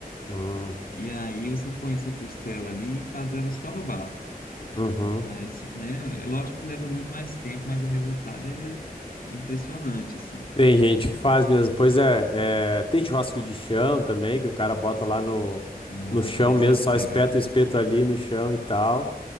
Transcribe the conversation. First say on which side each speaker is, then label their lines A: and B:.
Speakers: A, on the left; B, on the left.
A: Hum,
B: E aí você põe essa costela ali e faz ela só no bafo.
A: uhum.
B: Ah, esse, né? É lógico que leva muito mais tempo, mas o resultado é impressionante, assim.
A: Tem gente que faz mesmo. Pois é, é, tem churrasco de chão também, que o cara bota lá no,
B: Nossa,
A: no chão
B: deve
A: mesmo,
B: ser muito
A: só espeta
B: legal.
A: o espeto ali no chão e tal.